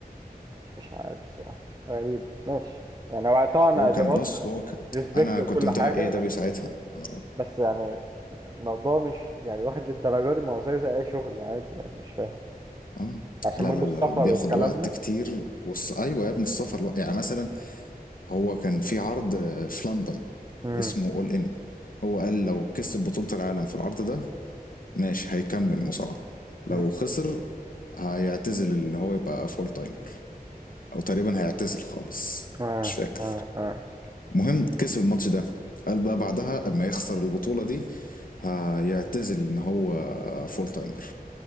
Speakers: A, on the right; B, on the left.
A: مش عارف صح غريب ماشي يعني هو طبعا
B: هو كان
A: زي هو ما قلت
B: بص هو ك...
A: ريسبكت
B: انا
A: وكل
B: كنت متابع
A: <laughs> حاجة
B: ايه
A: بس
B: ده ساعتها آه،
A: بس يعني الموضوع مش يعني واخد للدرجة دي ما هو زيه زي أي شغل عادي يعني مش فاهم
B: اه
A: عشان
B: لا
A: برضه
B: لا
A: السفر
B: لا بياخد
A: والكلام
B: وقت
A: ده
B: كتير والص... ايوه يا ابني السفر لو... يعني مثلا هو كان في عرض في لندن
A: امم
B: اسمه اول ان هو قال لو كسب بطولة العالم في العرض ده ماشي هيكمل مصارعة لو
A: امم
B: خسر هيعتزل ان هو يبقى فول تايمر او تقريبا هيعتزل خالص
A: آه
B: مش فاكر
A: آه آه
B: مهم كسب الماتش ده قال بقى بعدها اما يخسر البطولة دي هيعتزل ان هو فول تايمر